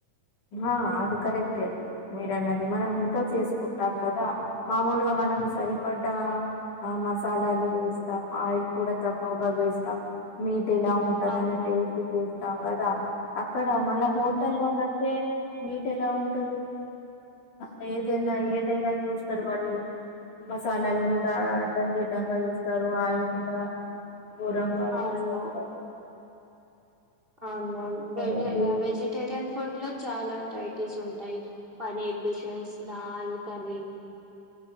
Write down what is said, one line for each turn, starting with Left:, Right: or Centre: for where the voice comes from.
Left: ఆ అది కరెక్టే మీరన్నది మనం ఇంట్లో చేసుకుంటాం కదా మామూలుగా మనకు సరిపడ్డ ఆ మసాలాలు వేస్తాం ఆయిల్ కూడా తక్కువగా వేస్తాం మీట్ ఎలా ఉంటదీ
Right: అవును
Left: అనే టేస్ వేస్తాం కదా అక్కడ మళ్ళ హోటల్లో ఉన్నంత తే మీట్ ఎలా ఉంటది ఆ ఏదైనా ఏదైనా చూస్తారు వాడు మసాలాలు
Right: అవును
Left: కూడా ఆ డ్డంగా వేస్తారు ఆయిల్ కూడా ఘోరంగా
Right: అవును
Left: వేస్తారు వాళ్ళు
Right: అవునవును
Left: అందుకని
Right: వె
Left: అదే
Right: వెజిటేరియన్ ఫుడ్ లో చాలా వెరైటీస్ ఉంటాయి పనీర్ డిషేస్స్ దల్ కర్రీ